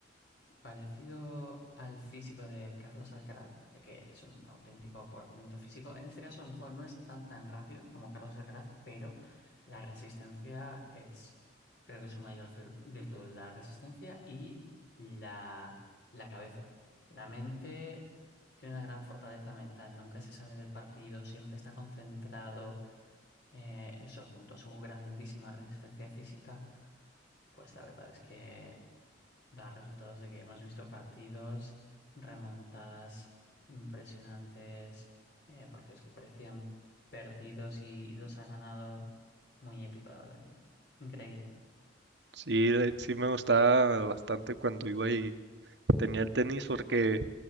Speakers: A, on the left; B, on the right.
A: Parecido al físico de Carlos Alcaraz, ya que es un auténtico por talento físico. En este caso, a lo mejor no es tan tan rápido como Carlos Alcaraz, pero la resistencia es, creo que es su mayor fir- virtud, la resistencia y la, la cabeza. La mente tiene una gran fortaleza mental, nunca se sale del partido, siempre está concentrado. Eh, eso, junto a su grandísima resistencia física, pues la verdad es que da resultados de que hemos visto partidos, remontadas impresionantes, eh, partidos que parecían perdidos y, y los ha ganado muy épico, la verdad. y- Increíble.
B: Sí, eh, sí me gustaba bastante cuando iba y tenía el tenis porque